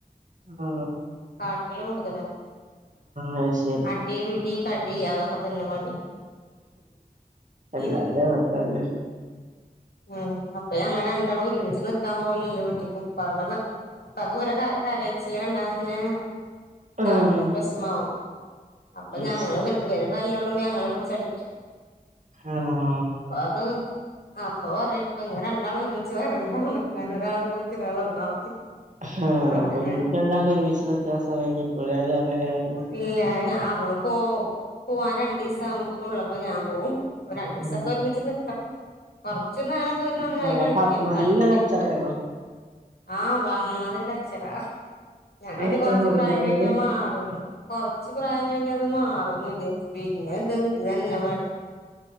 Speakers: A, on the right (about 50°); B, on the left (about 85°).
A: ആഹ്
B: കാട്ടല് കൂടുതല,
A: അത് ശരി
B: അടി പിടി കടി അതൊക്കെ തന്നെ പണി
A: എല്ലാരിം
B: ഉം
A: അവസ്ഥ അതന്നേ
B: ഉം അപ്പ ഞങ്ങ രണ്ടാളും ഒരുമിച്ച് നിക്കാൻ പോവലല്ല വീട്ടിക്ക് ഉപ്പാക്കത ഇപ്പക്കെ ഇവരെ ക കരച്ചില് കണ്ടാ തന്നെ
A: ഉം
B: താവും വെഷമാവും അപ്പൊ
A: അത്
B: ഞങ്ങള്
A: ശരി
B: ഇവര് തല്ലൂടുമ്പോ ഞങ്ങളെ പിടിച്ചടിക്കും
A: ആഹ്
B: അത് ആഹ് പ്പ പറയും പ്പ ങ്ങെ രണ്ടാളൊരുമിച്ച് വരണ്ടാ നിക്കാൻ ഒരാള് പോയിട്ട് ഒരാള് വന്നാ മതി
A: ആഹ്
B: അങ്ങനെ
A: അപ്പൊ വീട്ടി രണ്ടാക്കും ഒരുമിച്ച് നിക്കാൻ സമയം കിട്ടൂലല്ലേ അങ്ങനെ ആവുമ്പോ
B: ഇല്ലഞ അവള് പോ പോവാൻ രണ്ടീസം ഉള്ളപ്പോ ഞാൻ പോവും ഒരു രണ്ടീസൊക്കെ
A: ഉം
B: ഒരുമിച്ച് നിക്ക കൊറച്ചു നേരൊക്കെ ഇവര് നന്നായി
A: ഏഹ്
B: കളിക്കും,
A: അപ്പൊ അത് നല്ല
B: കളിക്ക
A: കച്ചറയാണോ?
B: ആഹ് വമ്മാതിരി കച്ചറ, ഞാനര്തി
A: എന്താന്നറിയില്ല
B: കൊർച്ച് പ്രായം
A: അങ്ങനെ
B: കഴിഞ്ഞാ മാറുന്ന് കൊറച്ച് പ്രായം കഴിഞ്ഞ ത് മാറുംന്ന് വിചാരിച്ചു, പിന്നെത് ഇതന്നെ പണി